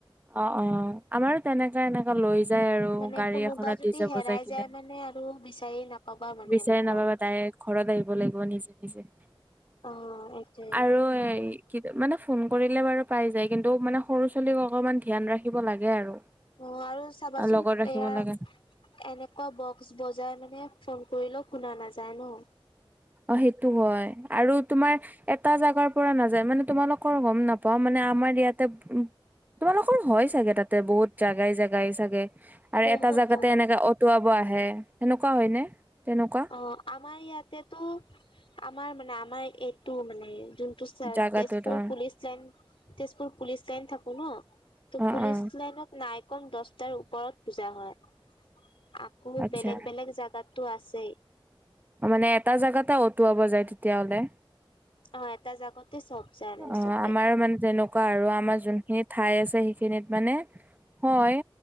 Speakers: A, on the right (about 20°); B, on the left (about 70°).
A: অঁ অঁ আমাৰো তেনে- কা এনেকা লৈ যায় আৰু
B: মানে
A: গাড়ী
B: কোনোবা
A: এখনত
B: যদি
A: ডিজে
B: হেৰাই
A: বযাই কিনে।
B: যায় মানে আৰু বিচাৰি নাপাবা মানে
A: বিচাৰি
B: এনেকুৱা
A: নাপাবা ডাইৰেক ঘৰত আহিব লাগিব নিজে নিজে।
B: অ এইটোয়ে
A: আৰু এই- কিতে মানে ফোন কৰিলে বাৰু পাই যায়, কিন্তু মানে সৰু ছোৱালীক অকমান ধ্যান ৰাখিব লাগে আৰু।
B: অঁ' আৰু চাবাচোন
A: লগত ৰাখিব
B: এয়া-
A: লাগে
B: এনেকুৱা বক্স বজাই মানে ফোন কৰিলেওঁ শুনা নাযায় ন'।
A: অ', সেইটো হয় আৰু তোমাৰ এটা জাগাৰ পৰা নাযায় মানে তোমালোকৰ গম নাপাও মানে আমাৰ ইয়াতে উ তোমালোকৰ হয় চাগে তাতে বহুত জাগাই জাগাই চাগে। আৰু
B: বহুত
A: এটা জেগাতে
B: বহুত
A: এনেকা অটুৱাব আহে সেনেকুৱা হয়নে তেনেকুৱা?
B: অ', আমাৰ ইয়াতেতো আমাৰ মানে আমাৰ এইটো মানে যোন <unintelligible>
A: জাগাটোত
B: Tezpur
A: অ
B: police line, Tezpur police line থাকো ন'। ত'
A: অ
B: পুলিচ
A: অ
B: লাইনত নাই কম দছটাৰ ওপৰত পুজা হয়, আ বহুত
A: আচ্ছা
B: বেলেগ- বেলেগ জাগাতটো আছেই।
A: অ' মানে এটা জেগাতে অটুৱাব যায় তেতিয়াহ'লে।
B: অ' এটা জাগতে চব। যায় মানে
A: অ',
B: চবে
A: আমাৰো মানে তেনেকুৱা আৰু আমাৰ যোনখিনি ঠাই আছে সেইখিনিত মানে হয়,